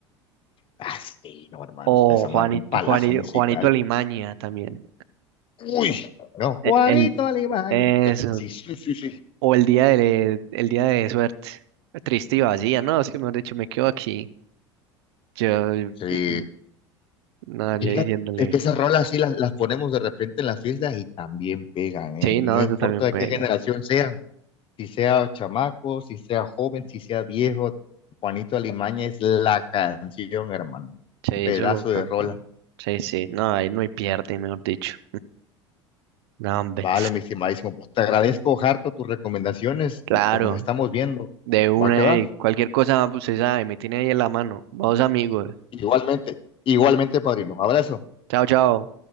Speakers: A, on the left; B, on the right.
A: Ah, sí, no, hermano,
B: O
A: pues, esa madre
B: Juanito,
A: es un palazo
B: Juanito,
A: musical.
B: Juanito Alimaña también.
A: Uy, no,
B: El,
A: Juanito
B: el-
A: Alimaña.
B: eso.
A: No, Sí, sí, sí, sí.
B: O el día de, el día de suerte. Triste y vacía, ¿no? Es que mejor dicho, me quedo aquí. Yo, eh,
A: Sí,
B: eh, no,
A: fíjate
B: yo diciéndole,
A: que esas rolas sí las, las ponemos de repente en las fiestas y también pegan, ¿eh?
B: sí, no,
A: No importa
B: eso también
A: de
B: pega.
A: qué generación sean. si sea chamaco, si sea joven, si sea viejo, Juanito Alimaña es la canción, hermano.
B: Sí,
A: Pedazo
B: eso lo cantan.
A: de rola.
B: Sí, sí, no, ahí no hay pierde, mejor dicho. No, hombre.
A: Vale, mi estimadísimo. Pues te agradezco, Harto, tus recomendaciones
B: Claro,
A: y pues nos estamos viendo.
B: de una
A: Va que va.
B: y cualquier cosa, pues usted sabe, me tiene ahí en la mano. Vamos, amigos.
A: Igualmente, igualmente, padrino. Abrazo.
B: Chao, chao.